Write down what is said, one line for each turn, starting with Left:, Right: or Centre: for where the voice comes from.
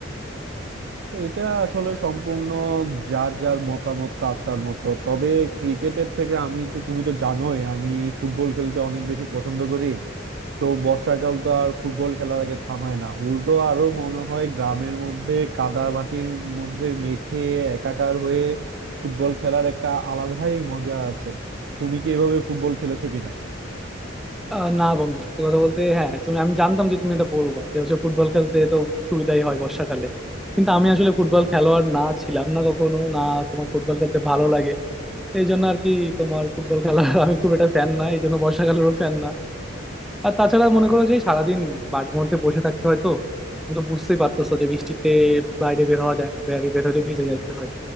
Right: এটা আসলে সম্পূর্ণ যার যার মতামত তার তার মতো তবে ক্রিকেটের থেকে আমি তো তুমি তো জানোই আমি ফুটবল খেলতে অনেক বেশি পছন্দ করি তো বর্ষাকাল তো আর ফুটবল খেলা থেকে থামায় না উল্টো আরো মনে হয় গ্রামের মধ্যে কাদা মাটির মধ্যে মেখে একাকার হয়ে ফুটবল খেলার একটা আলাদাই মজা আছে তুমি কি এভাবে ফুটবল খেলেছো কিনা
Centre: আহ, না বন্ধু সত্যি কথা বলতে হ্যাঁ তুমি আমি জানতাম যে তুমি এটা বলবো যে হচ্ছে ফুটবল খেলতে তো সুবিধাই হয় বর্ষাকালে কিন্তু আমি আসলে ফুটবল খেলোয়াড় না ছিলাম না কখনো না তোমার ফুটবল খেলতে ভালো লাগে তো এই জন্য আর কি তোমার ফুটবল খেলার <laughs> আমি খুব একটা ফ্যান না এই জন্য বর্ষাকালেরও ফ্যান না আর তাছাড়া মনে করো যে সারাদিন বাড়ির মধ্যে বসে থাকতে হয় তো তুমি তো বুঝতেই পারতেছো যে বৃষ্টিতে বাইরে বের হওয়া যায় না বাইরে বের হলে ভিজে যাইতে হয়